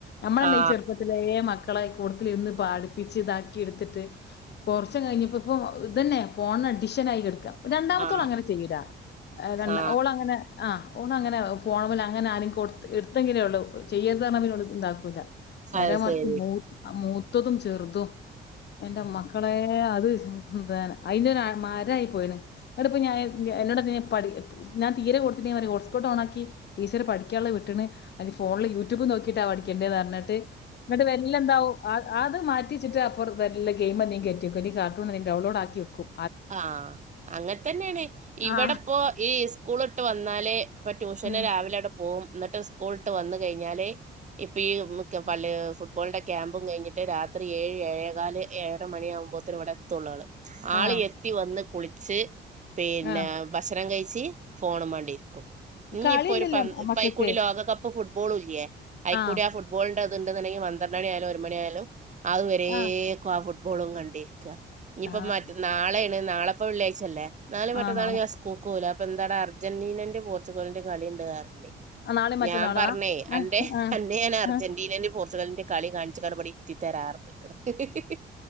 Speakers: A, on the left; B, on the right.
A: നമ്മളല്ലേയീ
B: ആ
A: ചെറുപ്പത്തിൽ ദേ മക്കളെ ഇകൂടത്തിലിരുന്ന് പഠിപ്പിച്ചിതാക്കിയെടുത്തിട്ട് കൊറച്ചങ്ങ് കഴിഞ്ഞപ്പോ ഇപ്പോ ഇതന്നെ ഫോണ്ന് അഡിഷൻ ആയി കെടുക്കാ രണ്ടാമത്തോളങ്ങനെ
B: ആ
A: ചെയ്യൂലാ രണ്ട
B: ആ
A: ഓളങ്ങനെ ആഹ് ഓനങ്ങനെ ഫോണ് മൽങ്ങനെആരെങ്കിലും കൊടുത് ഇടുത്തങ്കിലേ ള്ളൂ ചെയര്‌ത് എന്ന് പറഞ്ഞ ൽ ഇതാക്കൂല നേരെ
B: അത്
A: മറിച്ച്
B: ശരി
A: മൂത്തതും ചെറുതും എൻ്റെ മക്കളേ അത് എന്താണ് അയിനരാ മരായി പോയണ് എന്നടപ്പ ഞാൻ എന്നോട് <unintelligible> ഞാൻ പഠിക്കു ഞാൻ തീരെ കൊടുത്തിട്ടവരെ ഹോട്ടസ്പോട്ടോണാക്കി ടീച്ചറ് പഠിക്കാനുള്ള വിട്ടണ് അതി ഫോണില് യൂട്യൂബ് നോക്കിട്ടാ പഠിക്കേണ്ടേന്ന് പറഞ്ഞട്ട് എന്നിട്ടല്ലെന്താവും ആ അത് മാറ്റിച്ചിട്ട <unintelligible> വേറലേ ഗെയിം എന്തെൻകിലു കാർട്ടൂണെ ഡൗൺലോഡാക്കി വക്കും
B: ആഹ് അങ്ങനെ തന്നേണ് ഇവടെപ്പോ
A: ആ
B: ഈ സ്കൂള്ട്ട് വന്നാലേ ഇപ്പൊ ട്യൂഷന്
A: ഉം
B: രാവിലെ അവിടൊ ഓ എനി ട്ട് സ്കൂളിട്ട് വന്ന് കഴിഞ്ഞാലേ ഇപ്പം ഈ ഉമ്മക്ക് പള്ളി ഫുട്ബോളിന്റെ ക്യാമ്പും കഴിഞ്ഞിട്ട് രാത്രി ഏഴ് ഏഴേകാല് ഏഴര മണിയാവുമ്പോത്തെനിവിടെ ത്തുള്ളണ്
A: ആ
B: ആളെയെത്തി വന്ന് കുളിച്ച് പിന്നെ
A: ആ
B: ഭക്ഷണം കഴിച്ച് ഫോണുമാണ്ടിരിക്കും ഇനിയിപ്പൊ
A: കളിയില്ലല്ലോ
B: ഒരുപ
A: മക്കൾക്ക്
B: പൈക്കൂടി ലോകകപ്പ്‌ ഇപ്പൊ ഫുട്ബോളുല്ല്യേ അയിക്കൂടെയാ
A: ആ
B: ഫുട്ബോളിന്റെതിണ്ടെന്നുണ്ടെങ്കി പന്ത്രണ്ടണിയായാലും ഒരു മണിയായാലും അതുവരേക്കു
A: ആ
B: ആഫുട്ബോളും കണ്ടിരിക്കാ ഇനിപ്പ
A: ആ
B: മറ്റെന്നാ നാളെ ന്നെ നാളെപ്പ വെള്ളിയാഴ്ച്ചയല്ലേ നാളേം
A: ആ
B: മറ്റന്നാളും
A: നാളെ
B: ഞാൻ സ് കൊക്കൂല അപ്പൊന്താട അർജന്റീനൻ്റെം പോർച്ചുഗലിൻ്റെം കളിയുണ്ട രാത്രി.
A: ആ നാളെയും മറ്റന്നാളും
B: ഞാമ്പറഞ്ഞേ
A: ആ
B: അന്റെ
A: ആ
B: അന്നെ ഞാൻ അർജന്റീനൻ്റെ
A: ആ.
B: പോർച്ചുഗലിൻ്റെ കളി കാണിച്ച് കണപടിത്തിത്തരാറ ഇക്ക ഇഹ് ഇഹ്